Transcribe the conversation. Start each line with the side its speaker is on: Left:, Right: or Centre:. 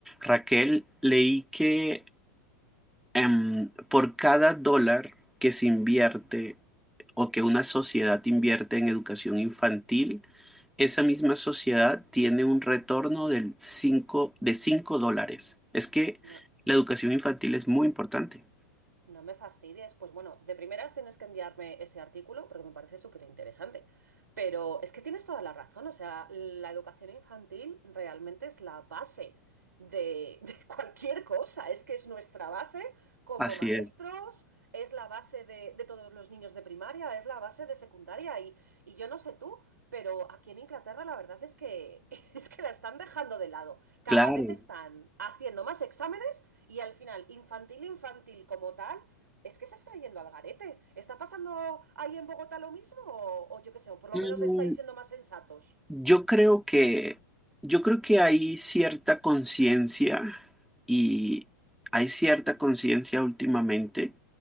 Centre: Raquel, leí que em, por cada dólar que se invierte o que una sociedad invierte en educación infantil, esa misma sociedad tiene un retorno del cinco- de 5 dólares. Es que
Right: No,
Centre: la educación infantil es muy importante.
Right: no me fastidies. Pues bueno, de primeras tienes que enviarme ese artículo porque me parece súper interesante. Pero es que tienes toda la razón. O sea, la educación infantil realmente es la base de, <laughs> de cualquier cosa. Es que es nuestra base como
Centre: Así
Right: maestros,
Centre: es.
Right: es la base de, de todos los niños de primaria, es la base de secundaria. Y, y yo no sé tú. Pero aquí en Inglaterra la verdad es que <laughs> es que la están dejando de lado. Cada
Centre: Claro.
Right: vez están haciendo más exámenes y al final, infantil, infantil como tal, es que se está yendo al garete. ¿Está pasando ahí en Bogotá lo mismo? O, o yo qué sé, o por lo
Centre: Mm,
Right: menos estáis siendo más sensatos.
Centre: Yo creo que, yo creo que hay cierta conciencia y hay cierta conciencia últimamente.